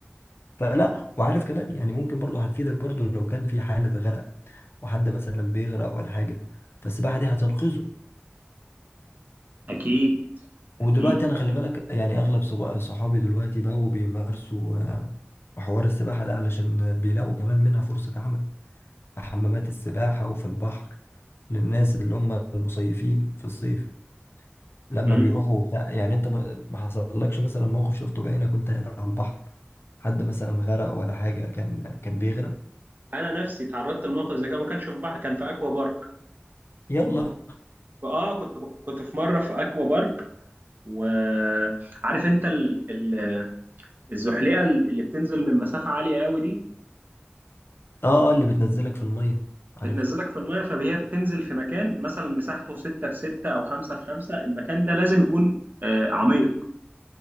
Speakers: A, on the left; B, on the right.
A: فلا وعارف كمان يعني ممكن برضو هتفيدك برضو لو كان في حالة غرق وحد مثلا بيغرق ولا حاجة فالسباحة دي هتنقذه
B: اكيد
A: ودلوقتي
B: اكيد
A: أنا خلي بالك يعني أغلب صب- صحابي دلوقتي بقوا بيمارسوا آه، حوار السباحة ده علشان بيلاقوا كمان منها فرصة عمل في حمامات السباحة وفي البحر للناس اللي هم المصيفين في الصيف لما
B: امم
A: بيروحوا بتاع يعني انت ما ما حصلكش مثلا موقف شفته بعينك وانت قاعد على البحر حد مثلا غرق ولا حاجة كان كان بيغرق
B: انا نفسي تعرضت لموقف زي كده ما كانش في بحر كان في اكوا بارك
A: يلا
B: اه كنت كنت في مره في اكوا بارك وعارف انت ال... ال... الزحليقه اللي بتنزل من مسافه عاليه قوي دي
A: اه آه، اللي بتنزلك في المية عارف
B: بتنزلك في الميه فهي بتنزل في مكان مثلا مساحته 6 في 6 او 5 في 5 المكان ده لازم يكون آه عميق